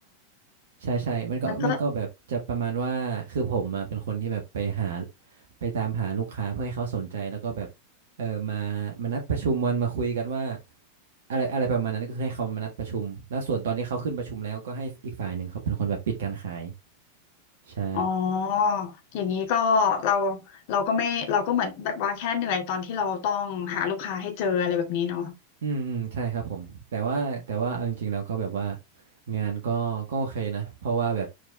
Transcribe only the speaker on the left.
มันก็
อ๋ออย่างนี้ก็เราเราก็ไม่เราก็เหมือนแบบว่าแค่เหนื่อยตอนที่เราต้องหาลูกค้าให้เจออะไรแบบนี้เนาะ